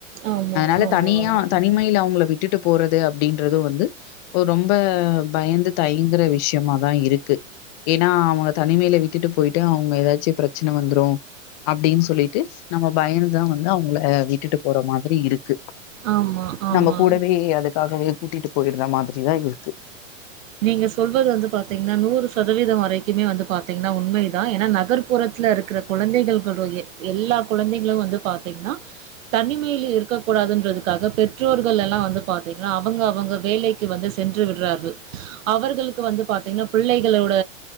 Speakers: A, on the right; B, on the left.
A: ஆமா,
B: அதனால
A: ஆமா,
B: தனியா
A: ஆமா,
B: த தனிமையில அவங்கள விட்டுட்டு போறது அப்டின்றது வந்து ரொம்ப பயந்து தயங்கற விஷ விஷயமாதா இருக்கு ஏன்னா அவங்க தனிமையில விட்டுட்டு போய்ட்டு அவங்க ஏதாச்சு பிரச்சன வந்துரு அப்டின்னு சொல்லிட்டு நம்ம பயந்துதா வந்து அவங்கள விட்டுட்டு போற மாதிரி இருக்கு
A: ஆமா, ஆமா.
B: நம்ம கூடவே அதுக்காகவே கூட்டிட்டு போய்டுற மாரிதா இருக்கு
A: நீங்க சொல்வது வந்து பாத்தீங்னா நூறு சதவீத வரைக்குமே வந்து பாத்தீங்னா உண்மைதா ஏன்னா நகர்ப்புறத்துல இருக்கிற குழந்தைகளு எ எல்லா குழந்தைகளு வந்து பாத்தீங்னா தனிமையில இருக்க கூடாதுன்றதுக்காக பெற்றோர்கள் எல்லா வந்து பாத்தீங்னா அவங்க அவங்க வேலைக்கு வந்து சென்று விடுறார்கள் அவர்களுக்கு வந்து பாத்தீங்னா பிள்ளைகளோட